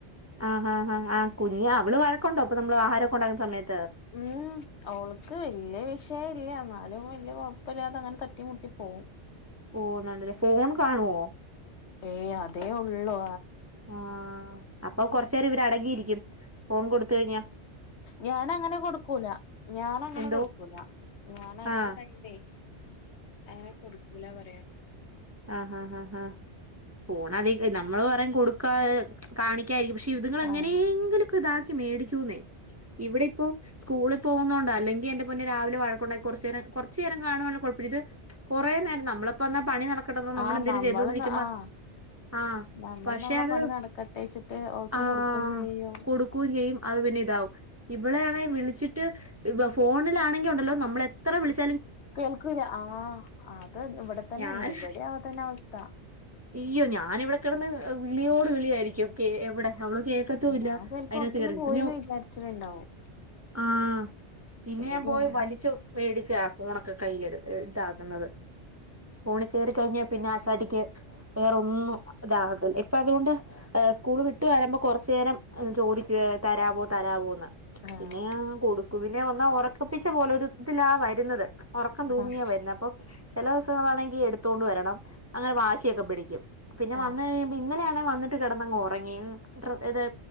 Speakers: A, on the right (about 20°); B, on the left (about 70°).
A: ആഹ് ആഹാ ഹാ ആാ കുഞ് അവള് വഴക്കുണ്ടോ അപ്പൊ നമ്മള് ആഹാരൊക്കെ ഉണ്ടാക്കുന്ന സമയത്ത്.
B: ഉം അവൾക്ക് വല്യ വിഷയല്യ ന്നാലും വല്യ. വല്യകൊഴപ്പല്ലാതെ അങ്ങനെ തട്ടിമുട്ടി പോവും.
A: ഓ നല്ലേ ഫോൺ കാണുവോ.
B: ഏയ് അതേ ഉള്ളൂ.
A: ആഹ അപ്പൊ കുറച്ചുനേരം ഇവര് അടങ്ങിയിരിക്കും ഫോൺ കൊടുത്തഴിഞ്ഞ.
B: ഞൻ അങ്ങനെ കൊടുക്കൂല ഞാനങ്ങനെ
A: എന്തോ
B: കൊടുക്കൂല ഞാൻ അധിക
A: ആഹ്
B: ടൈംയ് ആഹ് കൊടുക്കൂല പറയാ.
A: ആഹ ആാ ആ ഹാ ഫോൺ അതി നമ്മള് പറ കൊടുക്കാ കാണിക്കായിരിക്കും പക്ഷെ. ഇതിങ്ങൾ എങ്ങനെയെങ്കിലൊക്കെതാക്കി
B: ആഹ്
A: മേടിക്കൂന്നേ ഇവിടെ ഇപ്പോ. സ്കൂളിൽ പോകുന്നൊണ്ട അല്ലെകി എന്റെ പോനെ രാവിലെ വഴക്കുണ്ടാക്കി കുറചേരം കുറുചേരം കാണാനങ്കിൽ. ഇത് കുറെേ നേരം നമ്മളിപ്പോ ന്താ പണി നടക്കണ്ടോ നമ്മൾ
B: ആഹ്
A: എന്തേങ്കിലും
B: നമ്മള്
A: ചെയ്തൊണ്ടിരിക്കുമ്പോ.
B: ആഹ്
A: ആഹ്
B: നമ്മള്
A: പക്ഷെ
B: നമ്മളെ
A: അത്
B: പണി നടക്കട്ടെച്ചിട്ട് ഓൾക്ക്
A: ആ
B: കൊടുക്കും ചെയ്യും
A: കൊടുക്കുക ചെയും. അത് പിന്നെ ഇതാവും ഇവിടൊണെങ്കിൽ വിളിച്ചിട്ട് ഇ ഫോണിലാണെങ്കിൽ ഉണ്ടല്ലോ നമ്മളെത്ര വിളിച്ച.
B: കേൾക്കൂല ആഹ അത് ഇവിടെ തന്നെയിണ്ട്
A: ഞാൻ
B: ഇവിടെ ആ തന്നെ അവസ്ഥ.
A: അയ്യോ ഞാനിവിടെ കിടന്ന് വിളിയോട് വിളിയായിരിക്കുംക്കെ എവിടെ. അവള് കേക്കത്തും ഇല്ല
B: ഞാൻ ചെലപ്പോ
A: അതിനകത്ത്
B: അവിടക്കെല്ലാം
A: കേയറ
B: പോയിന്ന്
A: പിന്നെ
B: വിചാരിച്ചിട്ടുണ്ടാവും
A: ആഹ പിന്നെ
B: പേടിയാണ്
A: ഞാൻ പോയി വലിച്ചു മേടിച്ച ഫോണൊക്കെ കയ്യില ഇതാക്കുന്നത് ഫോണ കഴിഞ്ഞാൽ പിന്നെ ആസാരിക്ക് വേറെ ഒന്നും ഇതാകല്ല ഇപ്പൊ അതുകൊണ്ട് ഹ് സ്കൂള് വിട്ടു വരുമ്പോൾ കുറച്ചു നേരം ചോദിക്കു തരാമോ തരമോ എന്ന്
B: ആഹ്
A: പിന്നെയ കൊടുക്കും പിന്നെ ഒന്നാ ഉറക്കപ്പിച്ച പോലെ ഒരുത്തിലാ വരുന്നത് ഉറക്കം തൂങ്ങിയ
B: ആഹ്
A: വരുന്നത് അപ്പൊ ചില ദിവസങ്ങളാണെങ്കി എടുത്തോണ്ട് വരണം അങ്ങനെ വാശിയൊക്കെ പിടിക്കും പിന്നെ
B: ആഹ്
A: വന്ന് കഴിയ്പ ഇന്നലെയ വന്നിട്ട് കിടന്നങ് ഉറങ്ങി മ് ർ